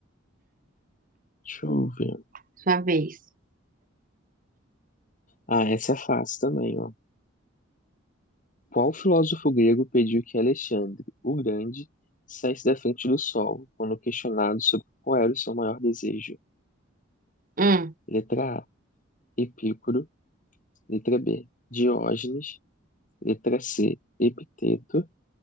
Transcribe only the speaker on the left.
deixa eu ver.
Ah, essa é fácil também, ó. Qual filósofo grego pediu que Alexandre, o Grande, saísse da frente do sol, quando questionado sobre qual era o seu maior desejo?
Letra A, Epícoro. Letra B, Diógenes. Letra C, Epiteto.